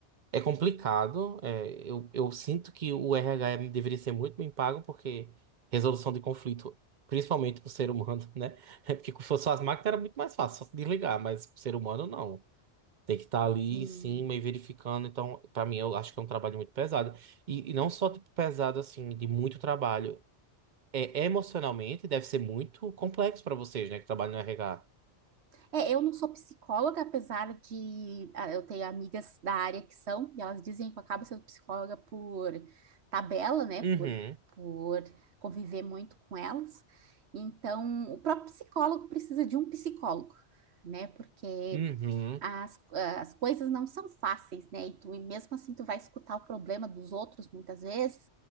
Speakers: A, on the right; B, on the right.
A: É complicado. é, eu, eu sinto que o RH deveria ser muito bem pago, porque resolução de conflito, principalmente para o ser humano, né? <laughs> É porque se fosse só as máquinas era muito mais fácil, só se desligar, mas para o ser humano não. Tem que estar ali
B: Sim.
A: em cima e verificando. Então, para mim, eu acho que é um trabalho muito pesado. E, e não só tipo, pesado, assim, de muito trabalho. É, emocionalmente deve ser muito complexo para vocês, né, que trabalham no RH.
B: É, eu não sou psicóloga, apesar de ah, eu ter amigas da área que são, e elas dizem que eu acabo sendo psicóloga por tabela, né?
A: Uhum,
B: Por, por conviver muito com elas. Então, o próprio psicólogo precisa de um psicólogo, né? Porque
A: uhum,
B: as, ah, as coisas não são fáceis, né? E tu, e mesmo assim, tu vai escutar o problema dos outros muitas vezes,